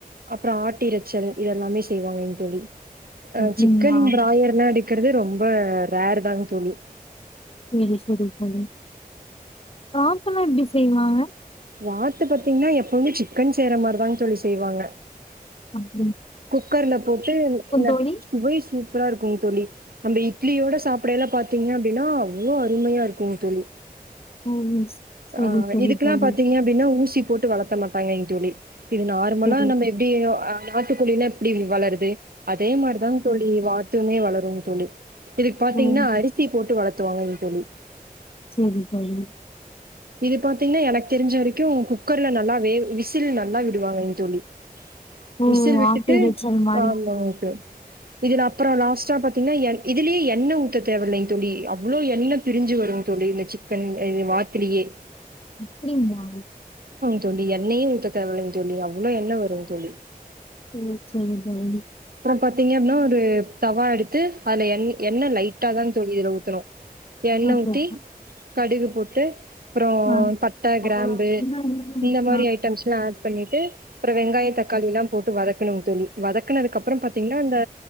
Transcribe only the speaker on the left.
அப்டிங்களா
செரி செரி தோழி வாத்தெல்லா எப்டி செய்வாங்க
ம்
தோழி
ம் சரி
சரி
தோழி
சரி
ம்
செரிங் தோழி
ஓ
ஆட்டு இறைச்சல் மாரி
அப்படிங்களா
செரி செரி தானு
ஓகே
ஆ
சரிங்க.